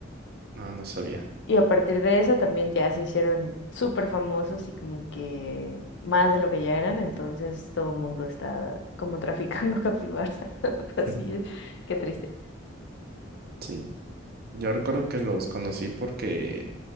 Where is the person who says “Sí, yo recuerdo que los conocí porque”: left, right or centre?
Right